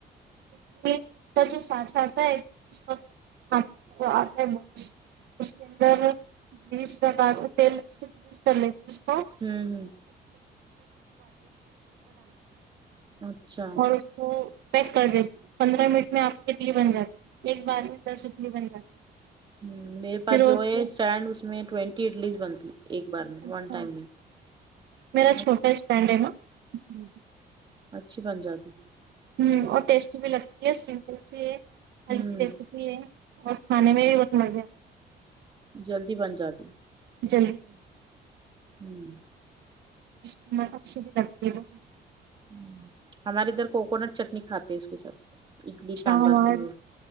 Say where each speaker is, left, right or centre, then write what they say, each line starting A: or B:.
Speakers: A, on the right (about 75°); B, on the right (about 25°).
A: اڈلی کا جو سانچہ آتا ہے ایک اسکا وہ آتا ہے بوکس اسکے اندر گریز لگاکے تیل گریز کرلیتے اسکو
B: ہوں ہوں اچھا ہوں
A: اور اس کو <unintelligible> کر دیتی پندرہ منٹ میں آپ کی اڈلی بن جاتی ایک بار میں دس اڈلی بن جاتی
B: ہوں میرے پاس
A: پھر
B: جو
A: اس
B: ہے
A: کو
B: اسٹینڈ اس میں ٹوینٹی اڈلیز بنتی ایک بار میں ون
A: اچھا
B: ٹائم میں
A: میرا
B: اچھ-
A: چھوٹا اسٹنڈ ہاں اسلئے
B: اچھی بن جاتی
A: ہوں اور ٹیسٹی بھی لگتی ہے سمپل سی ہے ہلکی
B: ہوں
A: ریسیپی یہ اور کھانے میں بھی بہت مزے
B: جلدی بن جاتی
A: جلدی
B: ہوں
A: <unintelligible>
B: ہوں ہمارے ادھر کوکونٹ چٹنی کھاتے ہیں اس کے ساتھ اڈلی
A: اچھا
B: سانمبر
A: ہمار
B: یہ